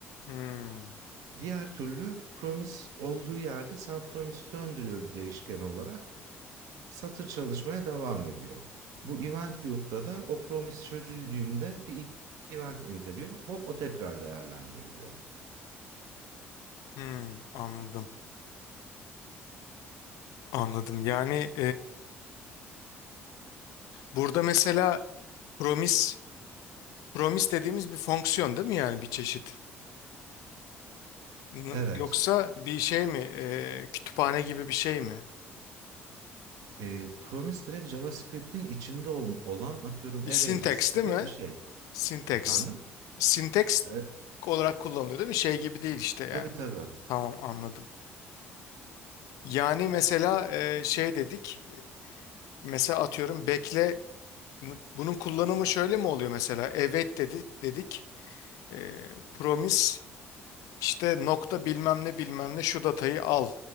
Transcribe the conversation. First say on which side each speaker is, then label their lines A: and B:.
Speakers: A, on the left (about 60°); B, on the right (about 60°).
A: Hı.
B: Diğer türlü promise olduğu yerde sana promise'i döndürüyor bir değişken olarak. satır çalışmaya devam ediyor. Bu event loop'ta da o promise çözüldüğünde bir event emit ediyor. Hop o tekrar değerlendiriliyor.
A: Hı. Anladım. Anladım. Yani Burada mesela promise, promise dediğimiz bir fonksiyon değil mi yani bir çeşit? N-
B: Evet.
A: Yoksa bir şey mi? e, kütüphane gibi bir şey mi?
B: E, promise direkt JavaScript'in içinde ol- olan atıyorum
A: Bir
B: array
A: syntax
B: list gibi
A: değil mi?
B: bir şey.
A: Syntax.
B: Efendim?
A: Syntax
B: E,
A: olarak kullanılıyor değil mi? Şey gibi değil işte yani.
B: tabii tabii.
A: Tamam anladım. Yani mesela e, şey dedik. e, Mesela atıyorum bekle. N- Bunun kullanımı şöyle mi oluyor mesela? Evet dedik dedik. E, promise İşte nokta bilmem ne bilmem ne şu datayı al.